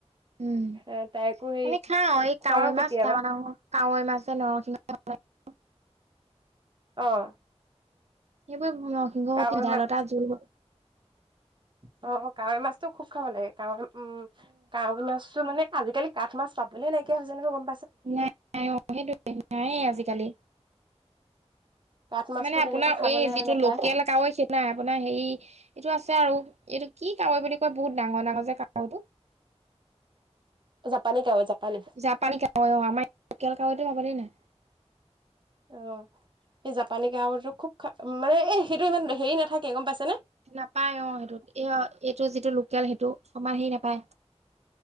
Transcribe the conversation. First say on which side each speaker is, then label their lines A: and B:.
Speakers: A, on the right; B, on the right.
A: উম
B: অ'! তাইকো সেই
A: আমি খাওঁ এই
B: খুৱাওঁ
A: কাৱৈ
B: কেতিয়াবা।
A: মাছ ডাঙৰ ডাঙৰ কাৱৈ মাছে নৰসিংহ ভাল লাগে।
B: অ'!
A: সেইবাৰে নৰসিংহ
B: কাৱৈ
A: সৈতে ভেদাইলতা
B: মাছ
A: জোল।
B: অ কাৱৈ মাছটো খুব খাব লাগে। কাৱৈ উম, কাৱৈ মাছটো মানে আজিকালি কাঠ মাছ পাবলৈ নাইকিয়া হৈছে নহয় গম
A: নাই অ'! সেইটোৱে নায়েই আজিকালি।
B: কাঠ মাছটো
A: মানে,
B: তেনেকে
A: আপোনাৰ
B: খাবলে
A: এই যিটো,
B: নাপায়
A: লোকেল কাৱৈ সেই নাই আপোনাৰ হেৰি এইটো আছে আৰু এইটো কি কাৱৈ বুলি কয় বহুত ডাঙৰ ডাঙৰ যে কাৱৈটো।
B: জাপানী কাৱৈ জাপানী
A: জাপানী কাৱৈ আমাৰ লোকেল কাৱৈ পাবলে নাই।
B: অ সেই জাপানী কাৱৈটো খুব খা মানে সেইটো ইমান হেৰি নাথাকে গম পাইছ
A: নাপায় অ সেইটোত এ এইটো যিটো লোকেল সেইটো অমান হেৰি নাপায়।